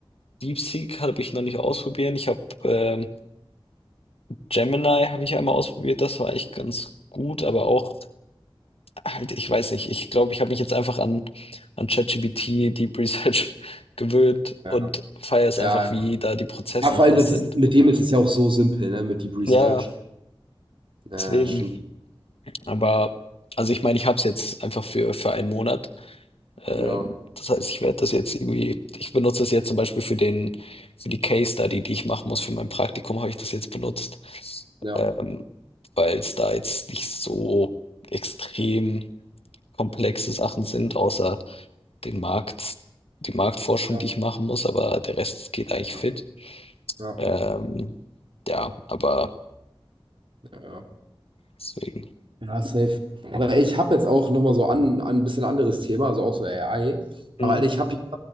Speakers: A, on the left; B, on the right.
A: DeepSeek habe ich noch nicht ausprobiert. Ich habe ähm, Gemini habe ich ja einmal ausprobiert. Das war echt ganz gut, aber auch halt, ich weiß nicht. Ich glaube, ich habe mich jetzt einfach an an ChatGPT Deep Research <laughs> gewöhnt und
B: Ja, ja.
A: feiere es
B: Ja,
A: einfach, wie da die Prozesse
B: Ja, vor
A: und sowas
B: allem, das
A: sind.
B: ist, mit dem ist es ja auch so simpel, ne, mit Deep Research.
A: Ja, ja,
B: Ja,
A: deswegen.
B: stimmt.
A: Aber also ich meine, ich habe es jetzt einfach für für einen Monat. Ähm,
B: Ja,
A: das heißt, ich werde das jetzt irgendwie, ich benutze das jetzt zum Beispiel für den, für die Case Study, die ich machen muss, für mein Praktikum habe ich das jetzt benutzt,
B: ja,
A: ähm, weil es da jetzt nicht so extrem komplexe Sachen sind, außer den Markt, die Marktforschung,
B: ja,
A: die ich machen muss, aber der Rest geht eigentlich
B: ja,
A: fit.
B: ja.
A: Ähm, ja, aber
B: ja.
A: deswegen.
B: Ja, safe. Aber ich habe jetzt auch nochmal so an, an ein bisschen anderes Thema, also auch so AI.
A: Mhm.
B: Aber Alter, ich habe